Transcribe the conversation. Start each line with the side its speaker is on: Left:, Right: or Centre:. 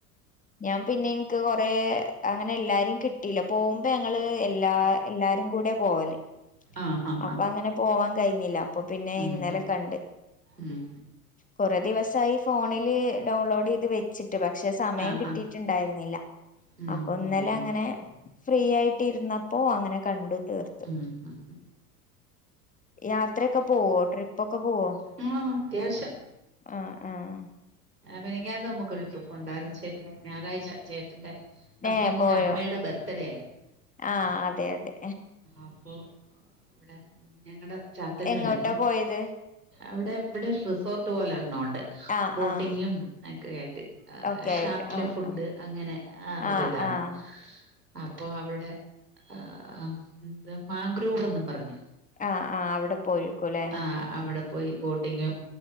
Left: ഞാൻ പിന്നെ എനിക്ക് കൊറെേ അങ്ങനെ എല്ലാരേം കിട്ടീല്ല പോവുമ്പേ ഞങ്ങള് എല്ലാ എല്ലാരും കൂടെ പോവല്.
Right: ആ ആ
Left: അപ്പൊ
Right: ആ
Left: അങ്ങനെ പോവാൻ കഴിഞ്ഞില്ല അപ്പൊ പിന്നെ
Right: ഉം
Left: ഇന്നലെ
Right: ഉം
Left: കണ്ട്.
Right: ഉം
Left: കുറെ ദിവസായി ഫോണില് ഡൗൺലോഡ് ചെയ്ത് വെച്ചിട്ട് പക്ഷെ സമയം
Right: ആ
Left: കിട്ടിയിട്ടുണ്ടായിരുന്നില്ല.
Right: ആ ഉം
Left: അപ്പൊ ഇന്നലെ
Right: ഉം ഉം
Left: അങ്ങനെ ഫ്രീ ആയിട്ടിരുന്നപ്പോ അങ്ങനെ കണ്ടു തീർത്തു.
Right: ഉം ഉം
Left: യാത്രയൊക്കെ പോവോ ട്രിപ്പൊക്കെ പോവോ
Right: ഉം ആഹ് അത്യാവശ്യം
Left: ഉം ഉം.
Right: മിനിഞ്ഞാന്ന് നമ്മുക്കൊരു ട്രിപ്പ് ഉണ്ടായിരുന്നു ശനി ഞായറാഴ്ച ചേട്ടന്റെ. ഹസ്ബൻഡിന്റെ
Left: ഏ പോയോ
Right: അമ്മേടെ ബർത്ത്ഡേയായിരുന്നു.
Left: ആഹ് അതെ അതെ.
Right: അപ്പൊ ഇവിടെ ഞങ്ങടെ ചാത്തന്നൂർ
Left: എങ്ങോട്ടാ
Right: തന്നെ
Left: പോയത്
Right: അവിടെ ഇവിടെ റിസോർട്ട് പോലെ ഒരണൊണ്ട്.
Left: ആഹ്
Right: ബോട്ടിങ്ങും
Left: ആഹ്
Right: ഒക്കെയായിട്ടു
Left: ഒക്കെ
Right: ഷാപ്പിലെ
Left: ആയിട്ട് ആഹ്
Right: ഫുഡ്
Left: ആഹ്
Right: അങ്ങനെ ആ ഒരിതാണ്.
Left: ആഹ് ആഹ്
Right: അപ്പൊ അവിടെ ആഹ് എന്ത മാഗ്രൂവും എന്ന് പറഞ്ഞ്.
Left: ആഹ് ആഹ് അവിടെ പോയിരിക്കുല്ലേ.
Right: ആ അവിടെ പോയി ബോട്ടിങ്ങും